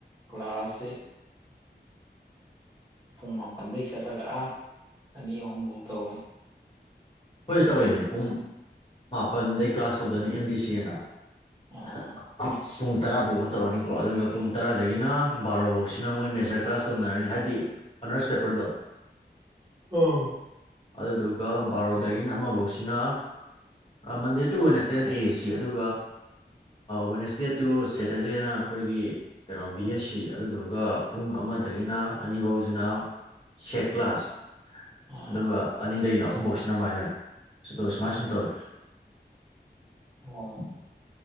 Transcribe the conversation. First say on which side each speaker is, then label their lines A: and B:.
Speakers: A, on the right; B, on the left.
A: ꯀ꯭ꯂꯥꯁꯁꯤ ꯄꯨꯡ ꯃꯥꯄꯜꯗꯩ ꯆꯠꯂꯒ ꯑꯥ ꯑꯅꯤ ꯑꯍꯨꯝꯐꯧ ꯇꯧꯔꯦ
B: ꯑꯩꯈꯣꯏꯁꯨ ꯇꯧꯔꯤꯅꯦ ꯄꯨꯡ ꯃꯥꯄꯜꯗꯩ ꯀ꯭ꯂꯥꯁ ꯍꯧꯗꯣꯏꯅꯤ ꯑꯦꯝ ꯗꯤ ꯁꯤ ꯑꯅ
A: ꯑꯥ
B: <inaudible> ꯄꯨꯡ ꯇꯔꯥꯐꯥꯎꯕ ꯇꯧꯔꯅꯤꯀꯣ ꯑꯗꯨꯒ ꯄꯨꯡ ꯇꯔꯥꯗꯒꯤꯅ ꯕꯥꯔꯣꯐꯧꯁꯤꯅ ꯃꯣꯏ ꯃꯦꯖꯔ ꯀ꯭ꯂꯥꯁ ꯇꯧꯅꯔꯅꯤ ꯍꯥꯏꯗꯤ ꯑꯅꯔꯁ ꯄꯦꯄꯔꯗꯣ
A: ꯑ
B: ꯑꯗꯨꯗꯨꯒ ꯕꯥꯔꯣꯗꯒꯤꯅ ꯑꯃꯐꯧꯁꯤꯅ ꯃꯟꯗꯦ ꯇꯨ ꯋꯦꯟꯁꯗꯦꯅ ꯑꯦ ꯑꯦꯁ ꯁꯤ ꯑꯗꯨꯒ ꯋꯦꯟꯁꯗꯦ ꯇꯨ ꯁꯦꯇꯔꯗꯦꯅ ꯑꯩꯈꯣꯏꯒꯤ ꯀꯩꯅꯣ ꯕꯤ ꯑꯦꯁ ꯁꯤ ꯑꯗꯨꯗꯨꯒ ꯄꯨꯡ ꯑꯃꯗꯒꯤꯅ ꯑꯅꯤꯐꯧꯁꯤꯅ ꯁꯦꯛ ꯀ꯭ꯂꯥꯁ
A: ꯑꯥ
B: ꯑꯗꯨꯒ ꯑꯅꯤꯗꯒꯤꯅ ꯑꯍꯨꯝꯐꯧꯁꯤꯅ ꯃꯥꯏꯅꯔ ꯑꯗꯨꯒ ꯁꯨꯃꯥꯏ ꯁꯨꯝ ꯇꯧꯋꯦ
A: ꯑꯣ